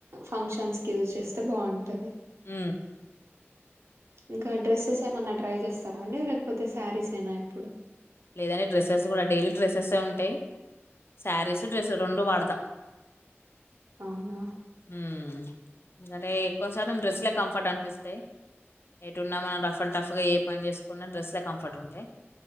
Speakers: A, on the right; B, on the left.
A: ఫంక్షన్స్ కి యూజ్ చేస్తే బాగుంటది
B: ఉ
A: ఇంకా డ్రెస్సెస్ ఏమన్నా ట్రై చేస్తారా అండి లేకపోతే శారీస్ ఏనా ఎప్పుడు
B: లేదండి డ్రెస్సెస్ కూడా డైలీ డ్రెస్సెస్ ఏ ఉంటాయి శారీసు డ్రెస్ రెండు వాడతా
A: అవునా
B: మ్మ్ అంటే ఎక్కువ శాతం డ్రెస్ లే కంఫర్ట్ అనిపిస్తాయి ఎటు ఉన్నా మనం రఫ్ అండ్ టఫ్గా ఏ పని చేసుకున్నా డ్రెస్ లే కంఫర్ట్ ఉంటాయి